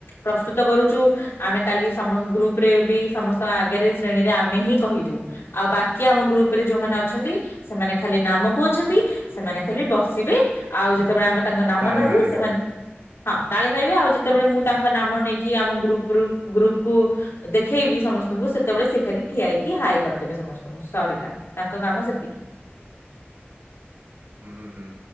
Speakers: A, on the left; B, on the right.
A: ପ୍ରସ୍ତୁତ କରୁଛୁ। ଆମେ କାଲି ସମ ଗ୍ରୁପରେ ବି ସମସ୍ତଙ୍କ ଆଗରେ ଶ୍ରେଣୀରେ ଆମେ ହିଁ କହିବୁ। ଆଉ ବାକି ଆମ ଗ୍ରୁପ୍ ଉପରେ ଯୋଉମାନେ ଅଛନ୍ତି ସେମାନେ ଖାଲି ନାମକୁ ଅଛନ୍ତି ସେମାନେ ଖାଲି ବସିବେ, ଆଉ ଯେତେବେଳେ ଆମେ ତାଙ୍କ ନାମ
B: ତାଳି
A: ନବୁ
B: ମାରିବେ
A: ସେମାନେ ହଁ ତାଳି ମାରିବେ ଆଉ ଯେତେବେଳେ ମୁଁ ତାଙ୍କ ନାମ ନେଇକି ଆମ ଗ୍ରୁପ୍ ରୁ ଗ୍ରୁପ୍ କୁ ଦେଖେଇବି ସମସ୍ତଙ୍କୁ ସେତେବେଳେ ସିଏ ଖାଲି ଠିଆହେଇକି ହାଏ କରିଦେବେ ସମସ୍ତଙ୍କୁ। ସରିଲା ତାଙ୍କ କାମ ସେତିକି।
B: ହୁଁ ହୁଁ